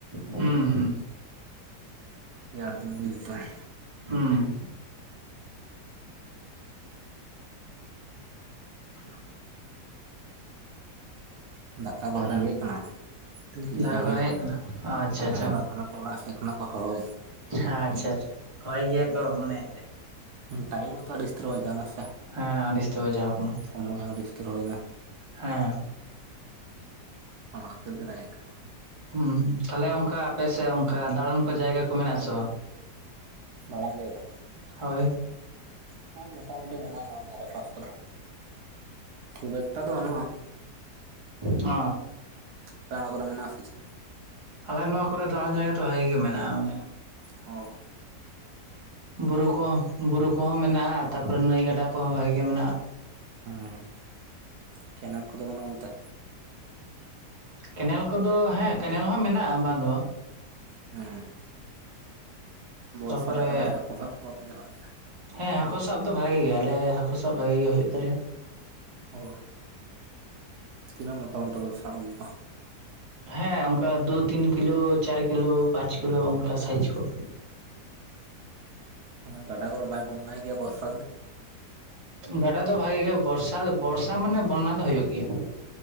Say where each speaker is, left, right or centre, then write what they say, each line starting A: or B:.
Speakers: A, on the right; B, on the right.
A: ᱦᱩᱸ ᱦᱩᱸ
B: ᱨᱮᱭᱟᱲ ᱫᱤᱱ ᱡᱩᱛᱚᱜ ᱟᱭ
A: ᱦᱩᱸ <unintelligible>
B: ᱫᱟᱠᱟ ᱠᱚᱦᱚᱸ ᱨᱮᱸᱜᱮᱡ ᱠᱟᱱᱟ ᱛᱤᱱ ᱛ
A: ᱫᱟᱠᱟ
B: ᱡᱮ ᱡᱚᱢ
A: ᱠᱚ
B: ᱦᱩᱭᱩᱜᱼᱟ
A: ᱨᱮᱸᱜᱮᱡ ᱠᱟᱱᱟ ᱟᱪᱪᱷᱟ
B: ᱦᱮᱸ
A: ᱟᱪᱪᱷᱟ
B: ᱚᱲᱟᱜ ᱠᱷᱚᱱᱟᱜ, ᱚᱲᱟᱜ ᱥᱮᱫ ᱠᱷᱚᱱᱟᱜ ᱠᱚ ᱦᱚᱦᱚᱭᱫᱟ᱾
A: ᱟᱪᱪᱷᱟ ᱟᱪᱪᱷᱟ ᱦᱚᱭ ᱜᱮᱭᱟ ᱠᱚ ᱢᱟᱱᱮ
B: ᱴᱟᱭᱢ ᱦᱚᱸ ᱚᱛ ᱟᱹᱰᱤ ᱩᱥᱛᱚᱨᱚ ᱵᱟᱡᱟᱣᱱᱟ ᱥᱮ
A: ᱦᱮᱸ ᱟᱹᱰᱤᱩᱥᱛᱟᱹᱭ ᱵᱟᱡᱟᱣ ᱟᱠᱟᱱᱟ᱾
B: ᱥᱚᱢᱚᱭ ᱦᱚᱸ ᱟᱹᱰᱤ ᱩᱛᱟᱹᱨ ᱦᱳᱭᱱᱟ᱾
A: ᱦᱮᱸ᱾
B: ᱚᱱᱟ ᱠᱷᱟᱹᱨ ᱜᱮ ᱨᱮᱸᱜᱮᱡ ᱠᱟᱱᱟ᱾
A: ᱦᱩᱸ ᱛᱟᱦᱞᱮ ᱚᱱᱠᱟ ᱟᱯᱮᱥᱮᱫ ᱚᱱᱠᱟ ᱫᱟᱬᱟᱱ ᱠᱚ ᱡᱟᱭᱜᱟ ᱠᱚ ᱢᱮᱱᱟᱜ ᱟ ᱥᱮ ᱵᱟᱝ?
B: ᱫᱟᱬᱟᱱ ᱡᱟᱭᱜᱟ
A: ᱦᱳᱭ᱾
B: ᱦᱮᱸ ᱢᱳᱴᱟᱢᱩᱴᱤ ᱢᱮᱱᱟᱜᱼᱟ ᱱᱚᱣᱟ ᱫᱷᱟᱨᱮ ᱯᱟᱥ ᱠᱚᱨᱮ᱾ ᱠᱷᱩᱵ ᱮᱠᱴᱟ ᱫᱚ ᱵᱟᱹᱱᱩᱜᱼᱟ᱾
A: ᱚ᱾
B: ᱟᱯᱮ ᱚᱱᱟ ᱠᱚᱨᱮ ᱢᱮᱱᱟᱜᱼᱟ ᱥᱮ ᱪᱮᱫ?
A: ᱟᱞᱮ ᱱᱚᱣᱟ ᱠᱚᱨᱮ ᱫᱟᱬᱟᱱ ᱡᱟᱭᱜᱟ ᱫᱚ ᱵᱷᱟᱜᱮ ᱜᱮ ᱢᱮᱱᱟᱜᱼᱟ ᱚᱱᱮ᱾
B: ᱦᱚ᱾
A: ᱵᱩᱨᱩ ᱠᱚᱦᱚᱸ ᱵᱩᱨᱩ ᱠᱚᱦᱚᱸ ᱢᱮᱱᱟᱜᱼᱟ᱾ ᱛᱟᱯᱚᱨᱮ ᱱᱟᱹᱭ ᱜᱟᱰᱟ ᱠᱚᱦᱚᱸ ᱵᱷᱟᱜᱮ ᱜᱮ ᱢᱮᱱᱟᱜᱼᱟ᱾
B: ᱦᱮᱸ ᱠᱮᱱᱮᱞ ᱠᱚᱫᱚ ᱵᱟᱹᱱᱩᱜ ᱚᱱᱛᱮ?
A: ᱠᱮᱱᱮᱞ ᱠᱚᱫᱚ ᱦᱮᱸ ᱠᱮᱱᱮᱞ ᱦᱚᱸ ᱢᱮᱱᱟᱜᱼᱟ ᱵᱟᱝ ᱫᱚ ᱵᱟᱝ᱾
B: ᱦᱮᱸ᱾ ᱵᱚᱨᱥᱟ
A: ᱛᱟᱯᱚᱨᱮ
B: ᱨᱮ ᱛᱟᱦᱟᱞᱮ ᱦᱟᱹᱠᱩ ᱥᱟᱵ ᱠᱚ ᱵᱟᱯᱮ ᱪᱟᱞᱟᱜ ᱜᱮᱭᱟ?
A: ᱦᱮᱸ ᱦᱟᱹᱠᱩ ᱥᱟᱵ ᱫᱚ ᱵᱷᱟᱜᱤ ᱜᱮᱭᱟ ᱟᱞᱮ ᱦᱟᱹᱠᱩ ᱥᱟᱵ ᱵᱷᱟᱜᱮ ᱜᱮ ᱦᱩᱭᱩᱜ ᱛᱟᱞᱮᱭᱟ᱾
B: ᱚ᱾ ᱛᱤᱱᱟᱹᱜ ᱢᱚᱴᱟ ᱢᱚᱴᱟ ᱵᱮᱱ ᱥᱟᱵ ᱟᱹᱜᱩ ᱠᱚᱣᱟ᱾
A: ᱦᱮᱸ ᱚᱱᱠᱟ ᱫᱩ ᱛᱤᱱ ᱠᱤᱞᱳ, ᱪᱟᱨ ᱠᱤᱞᱳ, ᱯᱟᱸᱪ ᱠᱤᱞᱳ ᱚᱱᱠᱟ ᱥᱟᱭᱤᱡ ᱠᱚ᱾
B: ᱦᱚᱸ ᱚᱱᱟ ᱜᱟᱰᱟ ᱜᱚᱨᱮ ᱵᱟᱭ ᱵᱚᱱᱱᱟᱭ ᱜᱮᱭᱟ ᱵᱚᱨᱥᱟ ᱫᱤᱱ᱾
A: ᱜᱟᱰᱟ ᱫᱚ ᱵᱷᱟᱜᱮ ᱜᱮ ᱵᱚᱨᱥᱟ ᱫᱚ ᱵᱚᱨᱥᱟ ᱢᱟᱱᱮ ᱵᱚᱱᱱᱟ ᱫᱚ ᱦᱩᱭᱩᱜ ᱜᱮᱭᱟ᱾